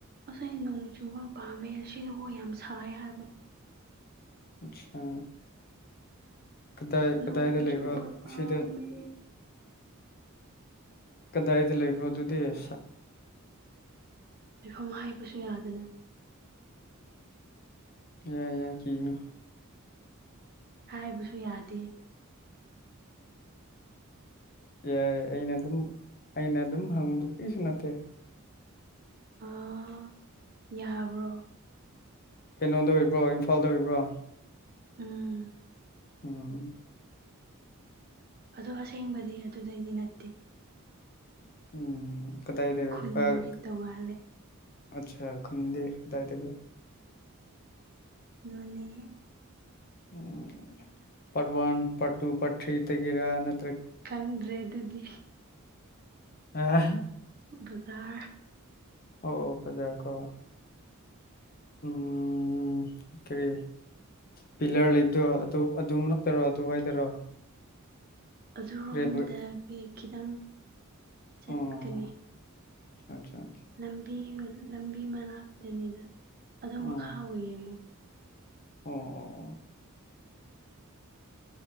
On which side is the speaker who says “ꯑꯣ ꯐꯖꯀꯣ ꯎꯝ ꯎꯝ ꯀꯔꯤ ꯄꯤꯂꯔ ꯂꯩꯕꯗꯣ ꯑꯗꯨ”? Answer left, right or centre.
Left